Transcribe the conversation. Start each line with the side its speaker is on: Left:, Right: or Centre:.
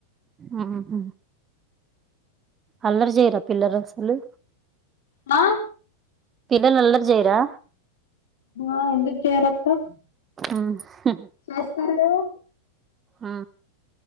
Right: ఊ ఉ అల్లరి జేయరా పిల్లల్ అసలు
Left: హా
Right: పిల్లలు అల్లరి జేయరా
Left: ఆ ఎందుకు జేయరక్క
Right: ఊ ఉ
Left: అస్తర్లు
Right: ఆ